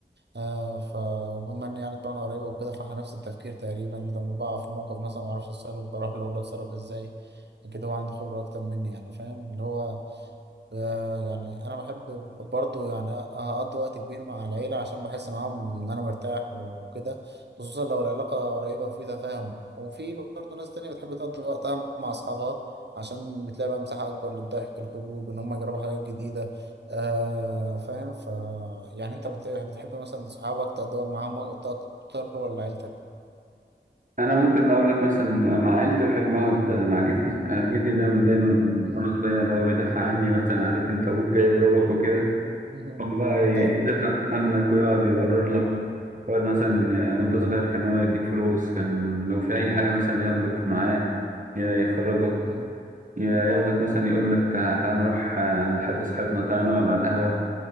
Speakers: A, on the right; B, on the right.
A: آه ف وبما ان يعني دماغنا قريبه وكده فاحنا نفس التفكير تقريبا لما بقع في موقف مثلا ما اعرفش اتصرف بروح له اقول له اتصرف ازاي كده هو عنده خبره اكتر مني يعني فاهم اللي هو ده يعني انا بحب برضه يعني اقضي وقت كبير مع العيله عشان بحس معاهم ان انا مرتاح وكده خصوصا لو العلاقه قريبه وفي تفاهم وفي برضه ناس تانية بتحب تقضي وقتها مع اصحابها عشان بتلاقي بقى مساحه اكبر للضحك الخروج ان هم يجربوا حاجات جديده آه فاهم ف يعني انت بت- بتحب مثلا اصحابك تقضي وقت معاهم وقت اكتر ولا عيلتك
B: انا ممكن اقول لك مثلا مع عيلتي بحب اقعد مع جدي انا جدي ده من دايما من
A: مم.
B: وانا صغير هو بيدافع عني مثلا عارف انت ابوك جاي يضربك وكده
A: مم.
B: هو بقى يدافع
A: ايوه
B: عنك ويقعد يبرر لك يقعد مثلا وانت صغير كان هو يديك فلوس كان لو في اي حاجه مثلا ياخدك معاه يا يخرجك
A: مم.
B: يا ياخدك مثلا يقول لك تعال نروح عند حد صاحبنا تعال نقعد على القهوه